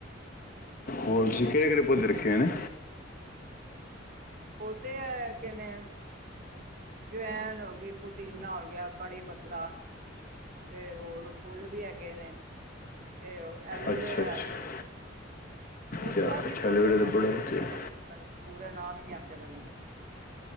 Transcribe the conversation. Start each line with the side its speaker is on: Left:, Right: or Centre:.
Left: ਹੋਰ ਤੁਸੀਂ ਕੇੜੇ-ਕੇੜੇ ਪੌਦੇ ਰੱਖੇ ਹੋਏ ਨੇ?
Right: ਉਹਦੇ ਆ ਕਹਨੇ ਜਵੈਨ ਹੋਗੀ ਪੁਦੀਨਾ ਹੋ ਗਯਾ ਕੜੀ ਪੱਤਾ ਤੇ ਹੋਰ ਫੁਲ ਵੀ ਹੈਗੇ ਨੇ। ਅਤੇ ਓ ਐਲੋਵੇਰਾ।
Left: ਅੱਛਾ ਅੱਛਾ
Right: ਹੋਰ
Left: ਕਿਆ
Right: ਕਾਫੀ
Left: ਅੱਛਾ
Right: ਪੌਦੇ
Left: ਐਲੋਵੇਰਾ
Right: ਨੇ
Left: ਤੇ ਬੜਾ
Right: ਪੱਚੀ-ਛੱਬੀ
Left: ਵਧੀਆ
Right: ਪੂਰੇ ਨਾਮ ਈ ਨੀ ਆਂਦੇ ਮੇਨੂੰ ਤੇ।